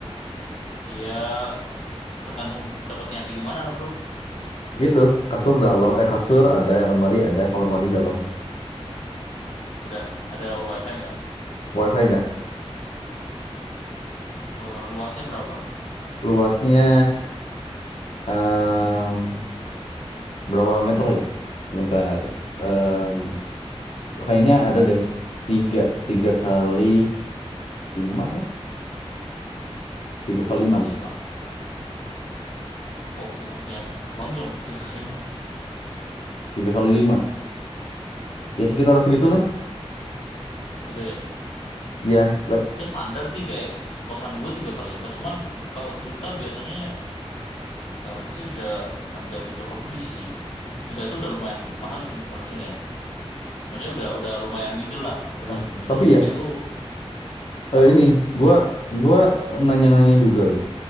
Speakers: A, on the left; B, on the left.
A: Ya, tergantung dapatnya kayak gimana lah, Bro.
B: Itu kasur dalam, eh kasur ada, lemari ada, kamar mandi dalam.
A: Udah ada wifi nggak?
B: WiFi nggak
A: Eh, luasnya berapa?
B: Luasnya em, berapa meter ya? Bentar. Em, kayaknya ada deh tiga, tiga kali lima kah? Tiga
A: Tiga
B: kali enam,
A: kali lima. Kok bentuknya lonjong <laughs> tiga kali enam?
B: tiga kali lima. Ya sekitar segitulah.
A: Hmm. Gitu ya.
B: Ya, lab.
A: Ya standar sih kayak kosan gue tiga kali empat. Cuman kalau sejuta biasanya Harusnya sih bisa ada fitur lebih sih. Sejuta itu udah lumayan mahal sih harusnya ya. Maksudnya udah udah lumayan middle lah, udah
B: eh,
A: masuk ke middle.
B: tapi ya
A: Kayak lu kenapa?
B: eh, ini gua gua nanya-nanya juga gitu.